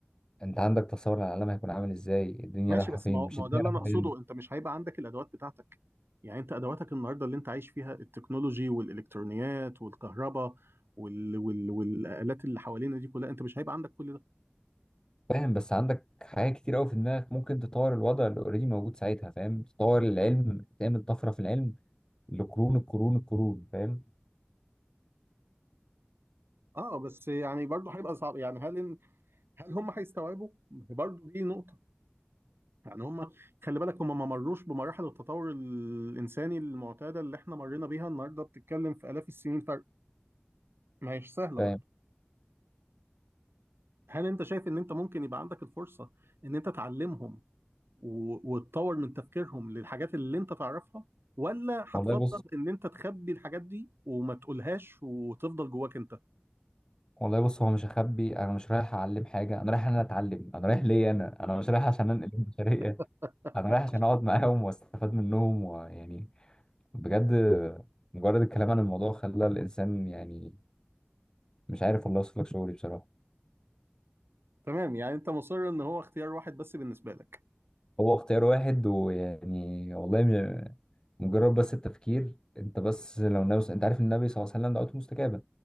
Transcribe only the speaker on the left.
انت عندك تصور عن العالم هيكون عامل ازاي الدنيا
رايحه
فين
مش
الدنيا
رايحه
فين
فاهم بس عندك حاجات كتير قوي في دماغك ممكن تطور الوضع اللي اوريدي موجود ساعتها فاهم تطور العلم تعمل طفره في العلم لقرون القرون القرون فاهم
فاهم
والله بص
والله بص هو مش هخبي انا مش رايح اعلم حاجه انا رايح إن انا اتعلم انا رايح ليا انا انا مش رايح عشان انقل البشريه
انا رايح عشان اقعد معاهم واستفاد منهم ويعني بجد مجرد الكلام عن الموضوع خلى الانسان يعني مش عارف والله اوصف لك شعوري بصراحه
هو اختيار واحد ويعني والله م- مجرد بس التفكير انت بس لو ناوي انت عارف النبي صلى الله عليه وسلم دعوته مستجابه